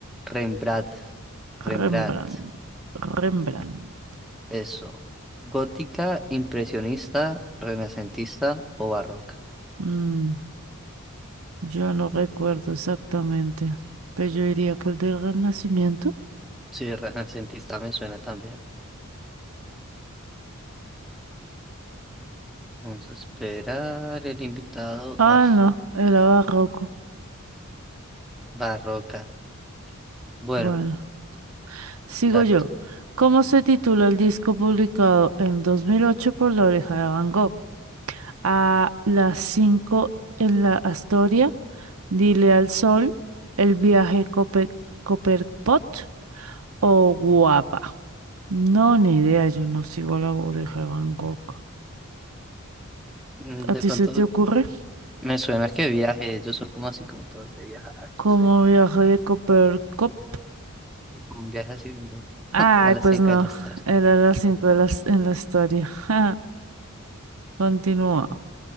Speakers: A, in the centre; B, on the right.
A: Rembrandt? Rembrandt.
B: Rembrandt. Rembrandt.
A: Eso. ¿Gótica, impresionista, renacentista o barroca?
B: Mm, yo no recuerdo exactamente. Pero yo diría que el del Renacimiento.
A: Sí, renacentista me suena también. Vamos a esperar el invitado.
B: Ah,
A: Ah,
B: no. Era barroco.
A: barroca. Bueno.
B: Bueno. Sigo
A: Dale
B: yo.
A: tú.
B: ¿Cómo se titula el disco publicado en 2008 por La Oreja de Van Gogh? A las 5 en la Astoria. Dile al sol. El viaje Cope Copperpot. O guapa. No, ni idea, yo no sigo la burbuja de Van Gogh.
A: Mm,
B: ¿A
A: De
B: ti
A: pronto
B: se te ocurre?
A: me suena que viaje, ellos son como así como todos de viajar,
B: ¿Cómo
A: no sé.
B: viajó de Coppercup?
A: Y como un viaje así bien loco. <laughs>
B: Ay,
A: A las
B: pues
A: cinco
B: no,
A: de la tarde.
B: era las cinco de las, en la historia. <laughs> Ja, Continúa.